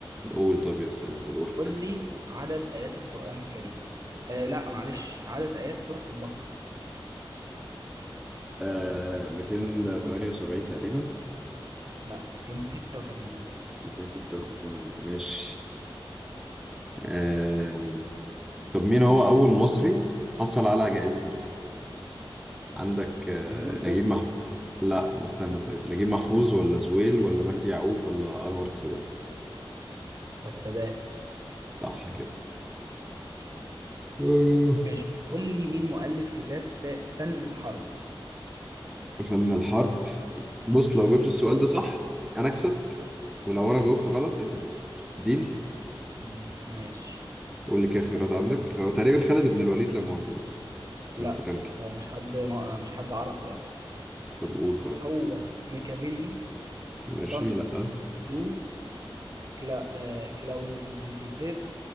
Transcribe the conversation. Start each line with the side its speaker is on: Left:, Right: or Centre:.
Centre: قول طب اسأل انت دورك
Right: قول لي عدد آيات القرآن الكريم آه لا معلش عدد آيات سورة البقرة
Centre: آه 278 تقريبا
Right: لا 286
Centre: 286 ماشي آه، طب مين هو أول مصري حصل على جائزة نوبل؟ عندك آه،
Right: غريب محفوظ
Centre: نجيب محفوظ لا استنى طيب نجيب محفوظ ولا زويل ولا مجدي يعقوب ولا أنور السادات
Right: بالسادات
Centre: صح كده آه،
Right: ماشي قول لي مين مؤلف كتاب ف- فن الحرب
Centre: فن الحرب بص
Right: مم.
Centre: لو جبت السؤال ده صح أنا أكسب ولو أنا جاوبته غلط أنت تكسب ديل
Right: مم. ماشي
Centre: قول لي كده خيارات عندك
Right: أقول لك
Centre: هو تقريبا خالد بن الوليد لو موجود
Right: لا
Centre: بس كمل
Right: هو مش حد ما- مش حد عربي أصلا
Centre: طب قول طيب
Right: هو ميكافيلي
Centre: ماشي
Right: سون
Centre: لأ
Right: زو كلا... آه... كلاوزيفيتير